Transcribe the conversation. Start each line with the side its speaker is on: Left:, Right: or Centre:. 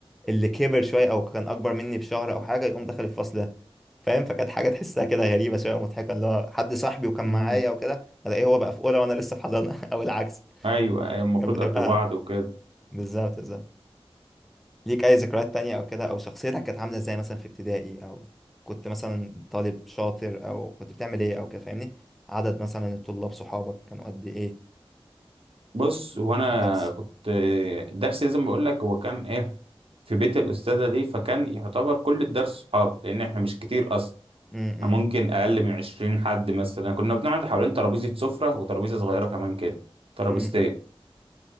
Centre: اللي كبر شوية أو كان أكبر مني بشهر أو حاجة يقوم داخل الفصل ده فاهم فكانت حاجة تحسها كده غريبة شوية ومضحكة اللي هو حد صاحبي وكان
Right: امم
Centre: معايا وكده ألاقيه هو بقى في أولى وأنا لسه في حضانة <laughs> أو العكس
Right: ايوه ايوه المفروض
Centre: كانت بتبقى
Right: قد بعض وكده
Centre: بالظبط بالظبط ليك أي ذكريات تانية أو كده أو شخصيتك كانت عاملة إزاي مثلا في ابتدائي أو كنت مثلا طالب شاطر أو كنت بتعمل إيه أو كده فاهمني عدد مثلا الطلاب صحابك كانوا قد إيه
Right: بص هو انا
Centre: في الدرس
Right: كنت درسي لازم بقول لك هو كان ايه في بيت الاستاذه دي فكان يعتبر كل الدرس صحاب لان احنا مش كتير اصلا
Centre: م-
Right: ممكن
Centre: م-
Right: اقل من 20 حد مثلا كنا بنقعد حوالين ترابيزه سفره وترابيزه صغيره كمان كده ترابيزتين
Centre: م-